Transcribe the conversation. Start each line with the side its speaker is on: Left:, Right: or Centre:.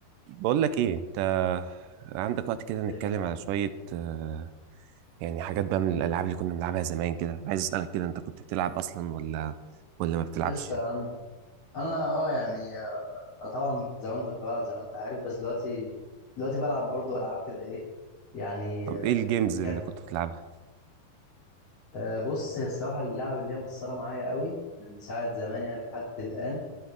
Right: بقول لك ايه انت عندك وقت كده نتكلم
Left: ايه
Right: على شوية آه، يعني حاجات بقى من الالعاب اللي كنا بنلعبها زمان كده عايز اسألك كده انت كنت بتلعب اصلا ولا ولا ما بتلعبش
Left: قشطة يا عم انا اه يعني آه، انا طبعا زمان كنت بلعب زي ما انت عارف بس دلوقتي دلوقتي بلعب برضو العاب كده ايه يعني
Right: طب
Left: آه،
Right: ايه الجيمز
Left: جم
Right: اللي كنت بتلعبها
Left: آه، بص هي الصراحة اللعبة اللي هي مأثرة معايا قوي من ساعة زمان يعني لحد الآن